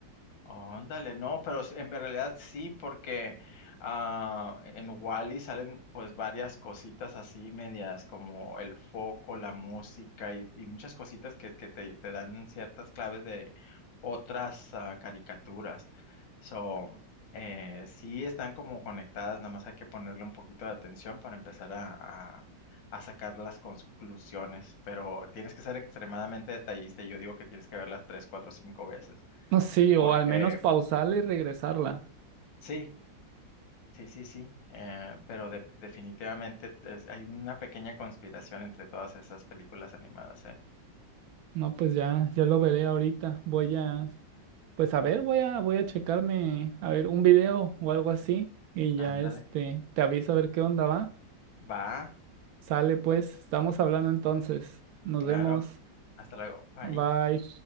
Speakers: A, on the left; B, on the right.
A: Óndale, no, pero s- en realidad sí, porque ah, en Wally salen pues varias cositas así medias como el foco, la música y, y muchas cositas que, que te, te dan ciertas claves de otras ah, caricaturas. So, eh, sí están como conectadas, nada más hay que ponerle un poquito de atención para empezar a, a a sacar las conclusiones, pero tienes que ser extremadamente detallista y yo digo que tienes que verlas tres, cuatro, cinco veces
B: No, sí,
A: porque
B: o al menos pausarla y regresarla.
A: Sí, sí, sí, sí, eh, pero de- definitivamente es- hay una pequeña conspiración entre todas esas películas animadas, ¿eh?
B: No, pues ya, ya lo veré ahorita. Voy a, pues a ver, voy a, voy a checarme, a ver, un video o algo así. Y
A: Ándale,
B: ya este, te aviso a ver qué onda va.
A: va,
B: Sale pues, estamos hablando entonces. Nos
A: claro,
B: vemos.
A: hasta luego, bye.
B: Bye.